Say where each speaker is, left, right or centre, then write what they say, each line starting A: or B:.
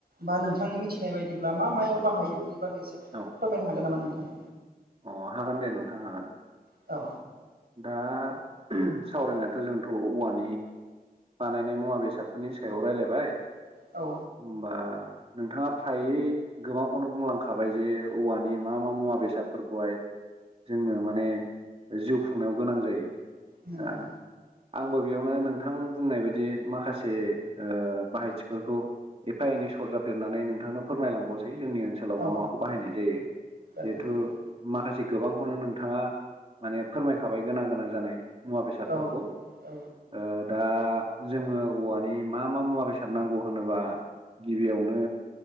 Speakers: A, on the right; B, on the right.
A: बा नोंथां नोंथांनि मिथिनाय बायदिब्ला मा मायाव बाहायो बिनि बागैसो फोरमायनो
B: औ
A: हागोन नामा नोंथां?
B: अ हागोन दे नोंथांनो हागोन
A: औ
B: दा सावरायनायाथ' जोंथ' औवानि बानायनाय मुवा बेसादफोरनि सायाव रायज्लायबाय
A: औ
B: होमबा नोंथाङा फ्रायै गोबांखौनो बुंलांखाबाय जे औवानि मा मा मुवा बेसादफोरखौहाय जोंनो माने जिउ खुंनायाव गोनां जायो
A: नंगौ
B: दा आंबो बेयावनो नोंथां बुंनाय बायदि माखासे ओ बाहायथिफोरखौ एफा एनै सरजाब देरनानै नोंथांनो फोरमायलांबावसै जोंनि ओ ओनसोलाव
A: औ
B: मा माखौ बाहायनाय जायो
A: जागोन
B: जिहेथु
A: नोंथां
B: माखासे गोबांखौनो नोंथाङा माने फोरमायखाबाय गोनां गोनां जानाय मुवा बेसादफोरखौ
A: औ औ
B: ओ दा जोङो औवानि मा मा मुवा बेसाद नांगौ होनोबा गिबियावनो